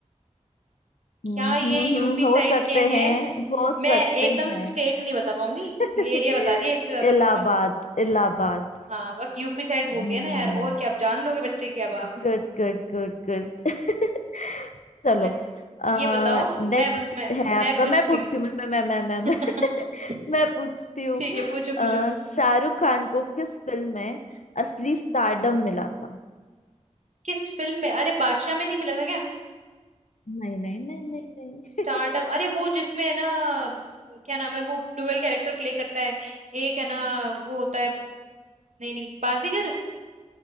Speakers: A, on the left; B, on the right.
A: हम्म
B: क्या ये
A: हम्म,
B: यूपी
A: हो
B: साइड
A: सकते
B: के हैं
A: हैं हो सकते
B: मैं एकदम
A: हैं
B: स्टेट नहीं बता पाऊंगी
A: <laughs>
B: एरिया बता दिया इससे ज्यादा
A: Allahabad
B: कुछ मत
A: Allahabad
B: हाँ बस यूपी साइड बोल
A: Hmm
B: दिया ना यार और क्या आप जान लोगे बच्चे की अब आप
A: Good good good good <laughs> चलो
B: अच्छ-
A: आ,
B: ये बताओ
A: नेक्स्ट
B: मैं मैं
A: है आपका
B: मैं पूछती
A: मैं पूछती
B: हूँ
A: हूँ मैं मैं मैं मैं
B: <laughs>
A: मैं मैं <laughs> मैं पूछती हूँ
B: ठीक है पूछो पूछो
A: अ, शाहरुख खान को किस फिल्म में असली स्टारडम मिला था
B: किस फिल्म में अरे बादशाह में नहीं मिला था क्या
A: नहीं नहीं नहीं नहीं नहीं
B: स्टारडम अरे वो जिसमें है ना क्या नाम है वो डुअल कैरेक्टर प्ले करता है एक है ना वो होता है नहीं नहीं बाजीगर